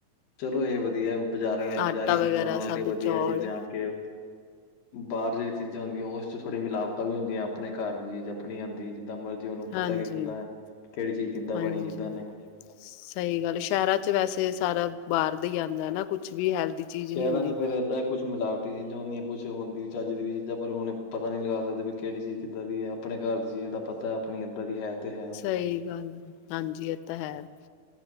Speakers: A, on the left; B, on the left.
A: ਚਲੋ ਇਹ ਵਧੀਆ, ਬਜ਼ਾਰਾਂ -
B: ਆਟਾ
A: ਬਜ਼ਾਰੀ
B: ਵਗੈਰਾ
A: ਚੀਜ਼ਾਂ ਨਾਲੋਂ
B: ਸਭ
A: ਤੇ ਵਧੀਆ
B: ਚੌਲ
A: ਚੀਜ਼ਾਂ। ਕੇ ਬਾਹਰ ਜਿਹੜੀ ਚੀਜ਼ਾਂ ਹੁੰਦੀਆਂ, ਉਸ 'ਚ ਥੋੜ੍ਹੀ ਮਿਲਾਵਟ। ਵੀ ਹੁੰਦੀਆਂ ਆਪਣੇ ਘਰ ਦੀ ਚੀਜ਼ ਆਪਣੀ ਆਉਂਦੀ ਜਿੱਦਾਂ ਮਰਜੀ <inaudible> ਕਿ ਉਹਨੂੰ
B: ਹਾਂਜੀ
A: ਪਤਾ ਕਿ ਕਿੱਦਾਂ, ਕਿਹੜੀ ਚੀਜ਼ ਕਿੱਦਾਂ
B: ਹਾਂਜੀ
A: ਬਣੀ, ਕਿੱਦਾਂ ਨਹੀਂ।
B: ਸਹੀ ਗੱਲ ਸ਼ਹਿਰਾਂ 'ਚ ਵੈਸੇ ਸਾਰਾ ਬਾਹਰ ਦਾ ਹੀ ਆਂਦਾ ਨਾ, ਕੁਛ ਵੀ ਹੈਲਦੀ। ਚੀਜ਼
A: ਸ਼ਹਿਰਾਂ
B: ਨਹੀਂ ਹੁੰਦੀ
A: 'ਚ ਫੇਰ ਏਦਾਂ ਹੈ, ਕੁਛ ਮਿਲਾਵਟ ਚੀਜ਼ਾਂ ਕੁਛ ਹੁੰਦੀ ਚੱਜ ਦੀ ਵੀ ਚੀਜ਼ਾਂ ਪਰ ਹੁਣੇ ਪਤਾ ਨੀ ਲਗਾ ਸਕਦੇ ਵੀ ਕਿਹੜੀ ਸੀ ਕਿੱਦਾਂ ਦੀ ਹੈ ਆਪਣੇ ਘਰ ਦੀ ਚੀਜ਼ ਦਾ ਪਤਾ, ਆਪਣੀ ਏਦਾਂ ਦੀ ਹੈ ਤੇ ਹੈ ਵ।
B: ਸਹੀ ਗੱਲ। ਹਾਂਜੀ, ਇਹ ਤਾਂ ਹੈ।